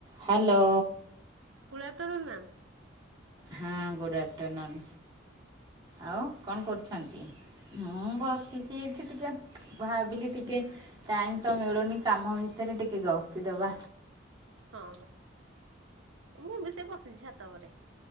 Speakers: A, on the right (about 20°); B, on the right (about 85°).
A: Hello.
B: Good afternoon ma'am.
A: ହଁ good afternoon. ଆଉ କଣ କରୁଛନ୍ତି? ମୁଁ ବସିଛି ଏଇଠି ଟିକେ। ଭାବିଲି ଟିକେ ଟାଇମ୍ ତ ମିଳୁନି କାମ ଭିତରେ ଭିତରେ ଟିକେ ଗପି ଦେବା।
B: ହଁ। ମୁଁ ବି ସେ ବସିଛି ଛାତ ଉପରେ।